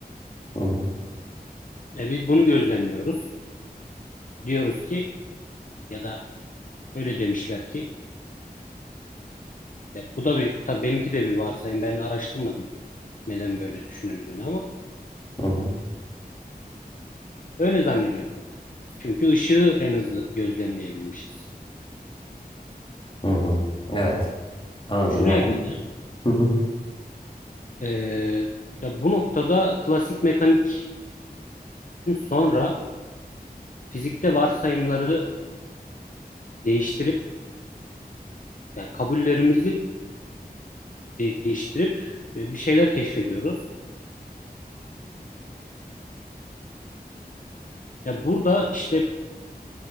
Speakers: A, on the left; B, on the left.
A: Hı hı,
B: E, biz bunu gözlemliyoruz. Diyoruz ki ya da öyle demişler ki Ya bu da bir, tabii benimki de bir varsayım. Ben araştırmadım neden böyle düşünüldüğünü ama
A: hı hı,
B: öyle zannediyorum. Çünkü ışığı en hızlı gözlemleyebilmişiz.
A: hı hı. Evet, anladım
B: Şuraya
A: yani.
B: geleceğim.
A: Hı hı,
B: Ee, ya bu noktada klasik mekanikten sonra fizikte varsayımları değiştirip, yani kabullerimizi değiştirip e, bir şeyler keşfediyoruz. Ya burada işte